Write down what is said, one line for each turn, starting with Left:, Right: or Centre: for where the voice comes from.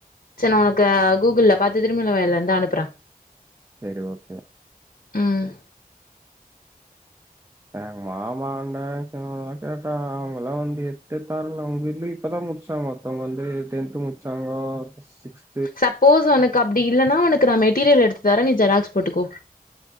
Left: செரி நா உனக்கு ஆ கூகுள்ல பாத்து திருமுலை வாயிலருந்து அனுப்புறே
Right: சேரி ஓகே
Left: ம்
Right: எங்க மாமான்டா எல்லா கேட்டா அவுங்கல்லா வந்து எத்தே தர்ல அவுங்க <unintelligible> இப்பதா முடிச்சாங்க அவுங்க வந்து டென்து முடிச்சாங்கோ சிக்ஸ்
Left: சப்போஸ் உனக்கு அப்டி இல்லன்னா உனக்கு நா மெட்டீரியல் எடுத்து தரே நீ ஜெராக்ஸ் போட்டுக்கோ